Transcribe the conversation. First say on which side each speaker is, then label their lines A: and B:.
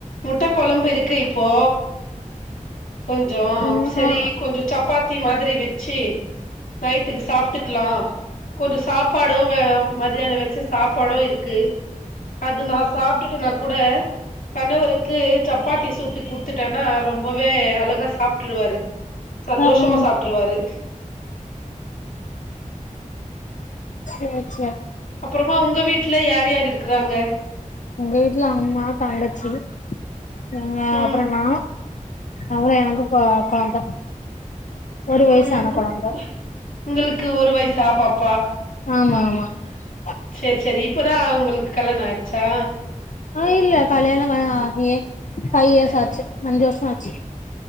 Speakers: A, on the left (about 80°); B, on the left (about 65°).
A: முட்ட கொழம்பு இருக்கு இப்போ கொஞ்சோ
B: ம்
A: செரி
B: ஆ
A: கொஞ்சம் சப்பாத்தி மாதிரி வெ ச்சி நைட்டுக்கு சாப்பிட்டு லாம் கொஞ்சோ சாப்பாடோ மத்தியானம் வச்ச சாப்பாடும் இருக்கு அது நான் சாப்பிட்டுட்டேனா கூட கணவருக்கு சப்பாத்தி சுட்டு குடு த்துட்டேனா ரொம்போ வே அழகா சாப்பிட்டுருவாரு சந்தோஷமா
B: ஆ ஆ
A: சாப்டுருவாரு
B: சேரி சேரி
A: அப்புறமா உங்க வீட்ல யார் யார் இருக்கிறாங்க
B: உங்க வீட்ல அம்மா தங்கச்சி ஆ
A: ம்
B: அப்றோ நா அப்றோ எனக்கு கொ கொழந்த ஒரு வயசு
A: ம்
B: ஆனா
A: உ-
B: கொழந்த
A: உங்களுக்கு ஒரு வயசா பாப்
B: ஆமா ஆமா <unintelligible>
A: சேரி சேரி இப்ப தான் உங்களுக்கு கல்யாணம் ஆயிடுச்சா
B: ஆ இல்ல கல்யாணோ ஆகி ஃபைவ் இயர்ஸ் ஆச்சு அஞ்சு வருஷம் ஆச்சு